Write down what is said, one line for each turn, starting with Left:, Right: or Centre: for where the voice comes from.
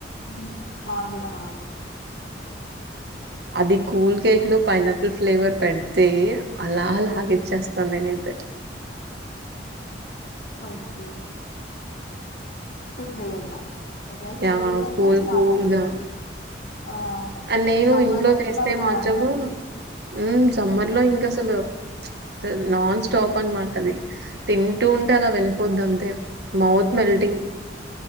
Left: హ్మ్ మాకూడా మేడం
Right: అది కూల్ కేక్ లో పైనాపిల్ ఫ్లేవర్ పెడితే అలా లాగిచ్చేస్తా నేనైతే
Left: ఓకే ఫుడే కదా ఎవరి ఫేవరెట్
Right: యాహ్!
Left: ఐటైమ్స్
Right: కూల్
Left: వాళ్ళవి
Right: కూల్‌గా
Left: ఆ
Right: అండ్ నేను
Left: సమ్మర్
Right: ఇంట్లో
Left: లో
Right: చేస్తే
Left: ఇంకా బాగుంటది
Right: మాత్రము మ్మ్ సమ్మర్లో ఇంకా అసలు అసల్ నాన్ స్టాప్ అన్మాట అది తింటూ ఉంటే అలా వెళ్ళిపోద్ది అంతే మౌత్ మెల్టింగ్